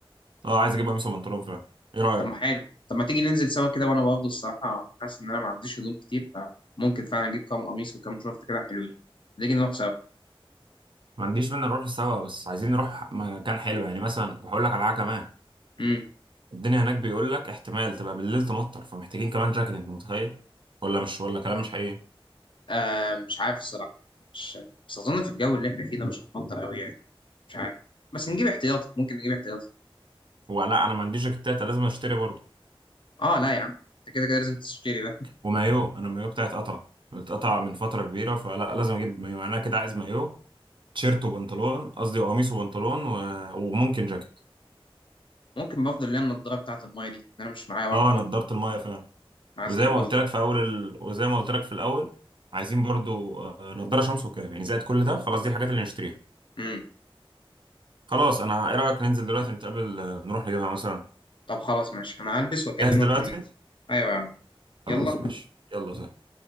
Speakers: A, on the right; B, on the left.
A: اه عايز اجيب قميص وبنطلون فعلا ايه رايك
B: طب ما حلو طب ما تيجي ننزل سوا كده وانا برضه الصراحه حاسس ان انا ما عنديش هدوم كتير فممكن فعلا اجيب كام قميص وكام شورت كده حلوين نيجي نروح سوا
A: ما عنديش مانع نروح سوا بس عايزين نروح مكان حلو يعني مثلا وهقول لك على حاجه كمان
B: امم
A: الدنيا هناك بيقول لك احتمال تبقى بالليل تمطر فمحتاجين كمان جاكيت انت متخيل ولا مش ولا كلام مش حقيقي
B: آه مش عارف الصراحه مش بس اظن في الجو اللي احنا فيه ده مش هتمطر قوي يعني مش عارف بس نجيب احتياطي ممكن نجيب احتياطي
A: هو لا انا ما عنديش جاكيتات لازم اشتري برضه
B: اه لا يا عم انت كده كده لازم تشتري ده
A: ومايو انا المايو بتاعي اتقطع اتقطع من فتره كبيره فلا لازم اجيب مايو يعني انا كده عايز مايو تيشيرت وبنطلون قصدي قميص وبنطلون و... وممكن جاكيت
B: ممكن بفضل اللي هي النضاره بتاعت المايه دي انا مش معايا واحده
A: اه
B: برضه
A: نضاره المايه فعلا
B: أنا عايز
A: وزي
B: اجيب
A: ما
B: برضه
A: قلت لك
B: واحدة.
A: في اول ال... وزي ما قلت لك في الاول عايزين برضو آه، نضاره شمس وكاب يعني زائد كل ده خلاص دي الحاجات اللي نشتريها
B: امم
A: خلاص انا ايه رايك ننزل دلوقتي نتقابل آه، نروح نجيبها مثلا
B: طب خلاص ماشي انا هلبس واكلمك
A: جاهز دلوقتي
B: وننزل ايوه يا عم
A: خلاص
B: يلا
A: ماشي يلا سلام